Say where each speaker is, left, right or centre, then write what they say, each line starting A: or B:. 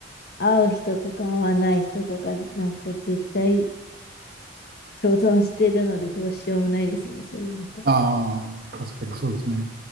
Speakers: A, on the left (about 55°); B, on the right (about 50°).
A: 会う人とか会わない人とかなんか絶対共存してるのでどうしようもないですよね、そういうのって。
B: ああ、確かにそうですね。